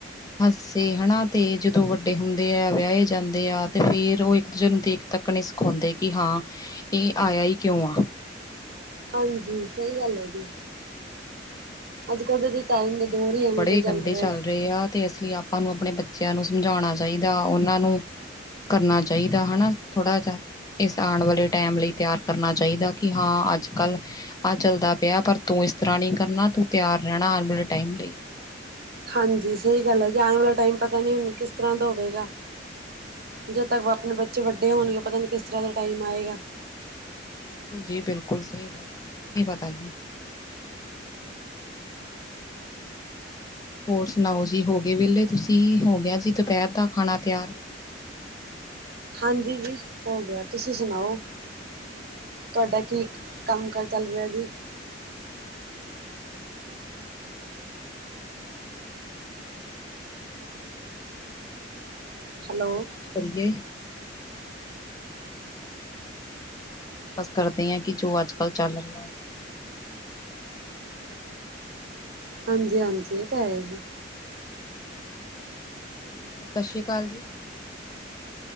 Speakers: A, on the left; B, on the right.
A: ਹੱਸੇ ਹਣਾ ਤੇ ਜਦੋਂ ਵੱਡੇ ਹੁੰਦੇ ਆ, ਵਿਆਹੇ ਜਾਂਦੇ ਆ ਤੇ ਫੇਰ ਉਹ ਇੱਕ ਦੂਜੇ ਨੂੰ ਦੇਖ ਤੱਕ ਨਹੀਂ ਸ ਕੋਂਦੇ, ਕਿ ਹਾਂ ਇਹ ਆਇਆ ਹੀ ਕਿਉਂ ਆ
B: ਹਾਂਜੀ, ਸਹੀ ਗੱਲ ਹੈ ਜੀ, ਅੱਜ-ਕੱਲ ਤੇ ਜੀ ਟਾਈਮ ਦਾ ਦੌਰ
A: ਮਾਹੌਲ
B: ਹੀ ਐਵੇਂ
A: ਬੜੇ
B: ਦਾ ਚੱਲ
A: ਗੰਦੇ
B: ਰਿਹਾ।
A: ਰਹੇ ਆ ਤੇ ਅਸੀ ਆਪਾਂ ਨੂੰ ਆਪਣੇ ਬੱਚਿਆਂ ਨੂੰ ਸਮਝਾਉਣਾ ਚਾਹੀਦਾ, ਉਹਨਾਂ ਨੂੰ ਕਰਨਾ ਚਾਹੀਦਾ ਹਨਾ? ਥੋੜਾ ਜਾ ਇਸ ਆਣ ਵਾਲੇ ਟਾਈਮ ਲਈ ਤਿਆਰ ਕਰਨਾ ਚਾਹੀਦਾ, ਕਿ ਹਾਂ ਅੱਜ ਕੱਲ੍ਹ ਆਹ ਚੱਲਦਾ ਪਿਆ, ਪਰ ਤੂੰ ਇਸ ਤਰ੍ਹਾਂ ਨਹੀਂ ਕਰਨਾ, ਤੂੰ ਤਿਆਰ ਰਹਿਣਾ ਆਉਣ ਵਾਲੇ ਟਾਈਮ ਲਈ।
B: ਹਾਂਜੀ, ਸਹੀ ਗੱਲ ਹੈ ਜੀ ਆਉਣ ਵਾਲਾ ਟਾਈਮ ਪਤਾ ਨੀ ਹੁਨ ਕਿਸ ਤਰ੍ਹਾਂ ਦਾ ਹੋਵੇਗਾ ਜਦ ਤੱਕ ਆਪਣੇ ਬੱਚੇ ਵੱਡੇ ਹੋਣਗੇ, ਪਤਾ ਨੀ ਕਿਸ ਤਰ੍ਹਾਂ ਦਾ ਟਾਈਮ ਆਏਗਾ।
A: ਕੁਲ ਜੀ ਬਿਲਕੁਲ ਸਹੀ ਗੱਲ, ਕੁਛ ਨੀ ਪਤਾ ਜੀ। ਹੋਰ ਸੁਣਾਓ ਜੀ, ਹੋ ਗਏ ਵਿਹਲੇ ਤੁਸੀਂ, ਹੋ ਗਿਆ ਜੀ ਦੁਪਹਿਰ ਦਾ ਖਾਣਾ ਤਿਆਰ?
B: ਹਾਂਜੀ, ਜੀ ਹੋ ਗਿਆ ਤੁਸੀਂ ਸੁਣਾਓ। ਤੁਹਾਡਾ ਕੀ ਕੰਮ ਕਰ ਚੱਲ ਰਿਹਾ ਜੀ?
A: ਹਾਂਜੀ, ਬਸ ਠੀਕ ਹੈ ਜੀ। ਕੀ ਬ ਸੀ <unintelligible> ਛ <unintelligible>
B: ਹੈਲੋ।
A: ਗੱਲ-ਬਾਤ ਕਰੀਏ? ਬਸ ਕਰਦੇ ਈ ਆ ਕਿ ਜੋ ਅੱਜ-ਕੱਲ੍ਹ ਚੱਲ ਰਿਹੈ।
B: ਹਾਂਜੀ-ਹਾਂਜੀ ਇਹ ਤਾਂ ਹੈ ਹੀ ਜੀ।
A: ਹਾਂਜੀ-ਹਾਂਜੀ। ਸਤਿ ਸ਼੍ਰੀ ਅਕਾਲ ਜੀ।